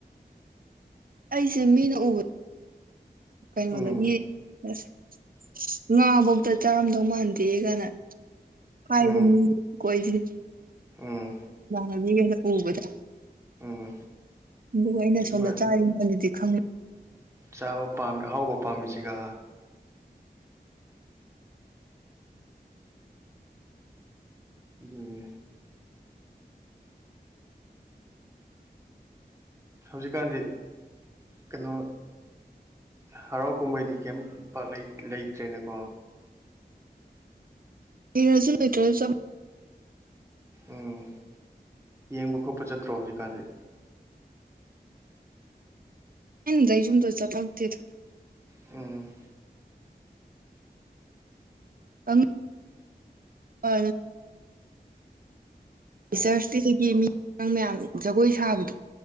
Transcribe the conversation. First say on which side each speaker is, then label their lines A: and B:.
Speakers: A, on the right (about 60°); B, on the right (about 15°).
A: ꯑꯩꯁꯦ ꯃꯤꯅ ꯎꯕ ꯀꯩꯅꯣꯗꯒꯤ
B: ꯎꯝ
A: ꯑꯁ ꯉꯥ ꯕ‌ꯣꯛꯗ ꯆꯥꯔꯝꯗꯧ ꯃꯥꯟꯗꯦ ꯒꯅ ꯍꯥꯏꯕ
B: ꯎꯝ
A: ꯃꯤ ꯀꯣꯏꯖ‌ꯦ
B: ꯎꯝ
A: ꯏꯃꯥꯥꯟꯅꯕꯤꯒꯩꯅ ꯎꯕꯗ
B: ꯎꯝ
A: ꯑꯗꯨ ꯑꯩꯅ
B: ꯑꯗꯨꯒ
A: ꯁꯣꯝꯗ ꯆꯥꯔꯤꯉꯩꯗꯨꯗꯤ ꯈꯪꯉꯦ
B: ꯆꯥꯕ ꯄꯥꯝꯃꯤ ꯑꯍꯥꯎꯕ ꯄꯥꯝꯃꯤꯁꯤꯒ ꯎꯝ ꯍꯧꯖꯤꯛꯀꯥꯟꯗꯤ ꯀꯩꯅꯣ ꯍꯔꯥꯎ ꯀꯨꯝꯍꯩꯗꯤ ꯀꯩꯝ ꯄꯥꯛ ꯂꯩ ꯂꯩꯇ꯭ꯔꯦꯅ‌ꯦꯀꯣ
A: ꯑꯦꯔꯖꯨ ꯂꯩꯇ꯭ꯔꯁꯨ ꯆꯝ
B: ꯎꯝ ꯌꯦꯡꯕ ꯈꯣꯠꯄ ꯆꯠꯇ꯭ꯔꯣ ꯍꯧꯖꯤꯛꯀꯥꯟꯗꯤ
A: ꯈꯪꯗ‌ꯦ ꯌꯨꯝꯗ ꯆꯠꯄꯂꯛꯇ‌ꯦꯗꯥ
B: ꯎꯝ
A: ꯑ ꯑ
B: ꯍꯣꯏ
A: ꯇꯤꯆ꯭ꯔꯁꯇꯤꯒꯤ ꯃꯤꯥ ꯑꯉꯥꯡꯃꯌꯥꯝ ꯖꯒꯣꯏ ꯁꯥꯕꯗꯣ